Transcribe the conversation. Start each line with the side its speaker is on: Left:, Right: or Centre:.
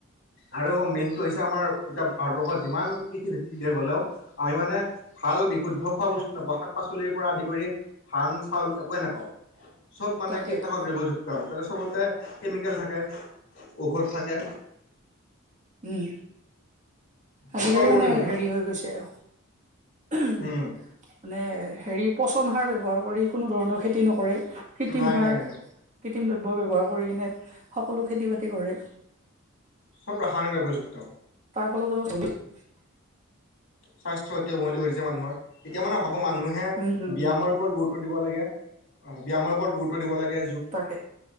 Left: আৰু মেইনটো হৈছে আমাৰ এতিয়া ভাৰতবৰ্ষত যিমান কৃষিভিত্তিক দেশ হ'লেও আমি মানে ভাল বিশুদ্ধ খোৱা বস্তু নাপাওঁ, শাক পাচলিৰ পৰা আদি কৰি ধান চাউল একোৱেই নাপাওঁ। চ'ব মানে
Right: তাকে
Left: কীটনাশক
Right: তাকে
Left: দ্ৰব্যযুক্ত তাতে চবতে কেমিকেল থাকে, ঔষধ থাকে।
Right: ঊম। আজিকালি
Left: সকলোবোৰ
Right: মানেই
Left: তেনেকুৱা
Right: হেৰি হৈ গৈছে। উহু, মানে
Left: উম
Right: হেৰি পচন সাৰ ব্যৱহাৰ কৰি। কোনো ধৰণৰ খেতি নকৰে, কৃত্ৰিম
Left: নাই
Right: সাৰ-
Left: নাই নাই
Right: কৃত্ৰিম দ্ৰব্য ব্যৱহাৰ কৰি কেনে সকলো খেতি বাতি কৰে।
Left: চ'ব প্ৰসাৰণে উপযুক্ত।
Right: তাৰ ফলতো <unintelligible>
Left: স্বাস্থ্য অতি অৱনতি ঘটিছে মানুহৰ। এতিয়া মানে ভাবো মানুহে
Right: উম উম
Left: ব্যায়ামৰ
Right: উম
Left: ওপৰত গুৰুত্ব দিব লাগে। অ' ব্যায়ামৰ ওপৰত গুৰুত্ব দিব লাগে। <inaudible>
Right: তাকে